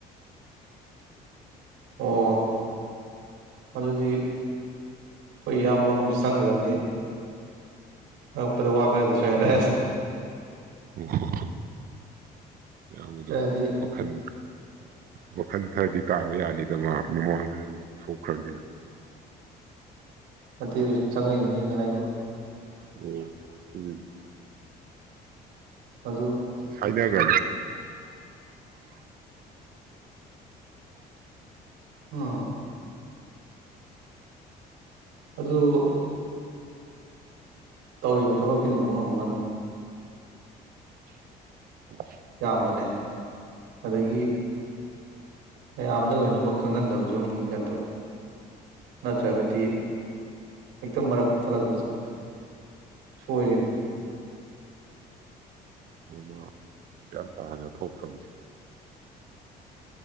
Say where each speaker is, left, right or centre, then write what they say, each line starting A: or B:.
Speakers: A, on the right; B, on the right.
A: ꯑꯣ ꯃꯗꯨꯗꯤ ꯑꯩꯈꯣꯏ ꯏꯌꯥꯝꯕ ꯑꯃꯁꯨ ꯆꯪꯈ꯭ꯔꯕꯅꯤ ꯑꯪꯉꯛꯄꯗ ꯋꯥ ꯈꯔꯗꯤ ꯁꯣꯏꯔꯁꯦ
B: ꯑꯣ ꯌꯥꯎꯕꯗꯨ
A: ꯍꯥꯏꯔꯛꯑꯗꯤ
B: ꯃꯈꯜ ꯋꯥꯈꯜ ꯈꯔꯗꯤ ꯇꯥꯕ ꯌꯥꯅꯤꯗ ꯃꯥ ꯃꯃꯥꯡꯗꯁꯨ ꯊꯣꯛꯈ꯭ꯔꯕꯅꯤꯅ
A: ꯑꯇꯩꯗꯨ ꯆꯪꯉꯏꯗꯨꯅꯤ ꯑꯩꯅ ꯍꯥꯏꯔꯤꯕ
B: ꯑꯣ ꯎꯝ
A: ꯑꯗꯨ
B: ꯐꯗꯔꯒ
A: ꯎꯝ ꯑꯗꯨ ꯇꯧꯔꯤꯕ ꯊꯕꯛꯁꯤꯅ ꯃꯔꯝ ꯑꯃꯅꯤ
B: <unintelligible>
A: ꯌꯥꯝꯕꯅꯦ ꯑꯗꯒꯤ ꯃꯌꯥꯝꯗ ꯂꯣꯏꯅꯃꯛ ꯈꯪꯍꯟꯗꯕꯁꯨ ꯑꯃꯨꯛ ꯌꯥꯗꯕ ꯅꯠꯇ꯭ꯔꯒꯗꯤ ꯍꯦꯛꯇ ꯃꯔꯛꯇ ꯊꯜꯂꯛꯄꯁꯦ ꯁꯣꯏꯔꯤꯅꯤ
B: ꯃ ꯒ꯭ꯌꯥꯟ ꯇꯥꯅ ꯊꯣꯛꯈ꯭ꯔꯕꯅꯤ